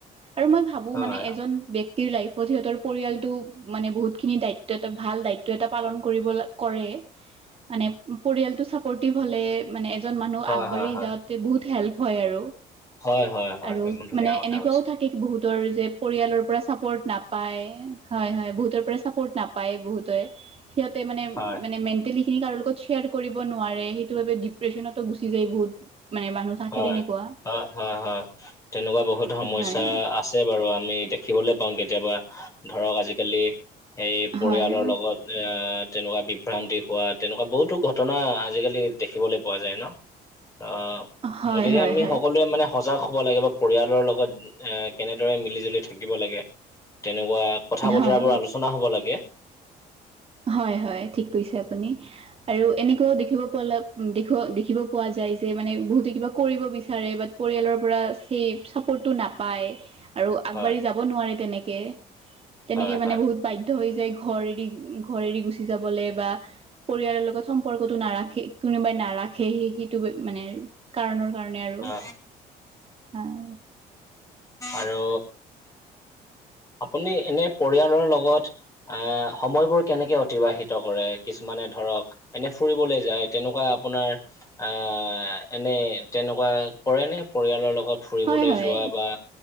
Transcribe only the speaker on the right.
আৰু মই ভাবোঁ
মানে
এজন ব্যক্তিৰ লাইফত সিহঁতৰ পৰিয়ালটো মানে বহুত খিনি দায়িত্ব এটা ভাল দায়িত্ব এটা পালন কৰিব কৰে। মানে পৰিয়ালটো ছাপৰ্টিভ হ'লে মানে এজন মানুহ
আগবাঢ়ি
যাওঁতে বহুত হেল্প হয় আৰু।
আৰু
মানে
এনেকুৱাও
থাকে বহুতৰ যে পৰিয়ালৰ পৰা চাপৰ্ট নাপায়, হয়, হয় বহুতৰ পৰা চাপৰ্ট নাপায় বহুতেই। সিহঁতে মানে,
মানে মেণ্টেলি খিনি কাৰো লগত শ্বেয়াৰ কৰিব নোৱাৰে, সেইটো বাবে ডিপ্ৰেশচনতো গুচি যায় বহুত মানে মানুহ থাকে
তেনেকুৱা।
হয়
হয়
হয়
হয়
হয়
হয়,
হয়, হয়, ঠিক কৈছে আপুনি। আৰু এনেকুৱাও দেখিব পা দেখিব, দেখিব পোৱা যায় যে মানে বহুতে কিবা কৰিব বিচাৰে বা পৰিয়ালৰ পৰা সেই চাপোৰ্টটো নাপায়। আৰু আগবাঢ়ি
যাব নোৱাৰে তেনেক, তেনেকে
মানে
বহুত বাধ্য হৈ যায় ঘৰ এৰি ঘৰ এৰি গুচি যাবলৈ বা পৰিয়ালৰ লগত সম্পৰ্কতটো নাৰাখে কোনোবাই নাৰাখে সেইটো মানে কাৰণৰ কাৰণে আৰু,
হয়।
হয়, হয়,